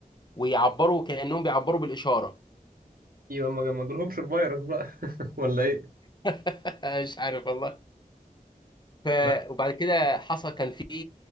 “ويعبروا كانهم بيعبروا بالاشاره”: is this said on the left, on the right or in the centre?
Left